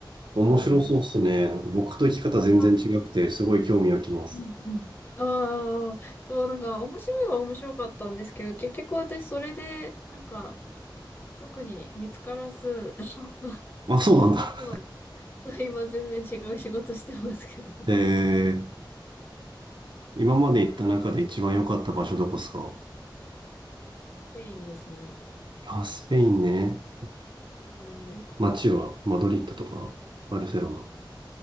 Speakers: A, on the right; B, on the left.
A: 面白そうっすね。
B: うん。
A: なんか僕と生き方全然違くて、
B: あ
A: すごい興味がきます。
B: うんうん。ああ、そう、なんか面白いは面白かったんですけど、結局私それで、なんか特に見つからず、<laughs>
A: あ、そうなんだ。
B: 今、今全然違う仕事してますけど、
A: ええ今まで行った中で一番良かった場所どこっすか
B: そうスペインですね。
A: あ、スペインね。
B: うん
A: 街はマドリッドとかバルセロナ。